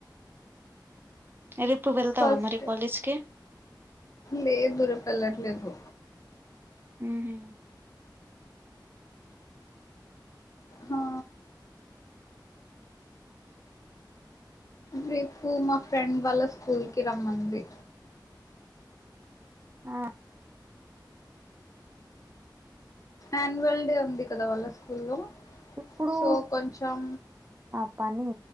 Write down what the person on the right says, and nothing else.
రేపు వెళ్తావా
మరి కాలేజ్ కి
ఊహు
ఆ
ఇప్పుడు
ఆ పని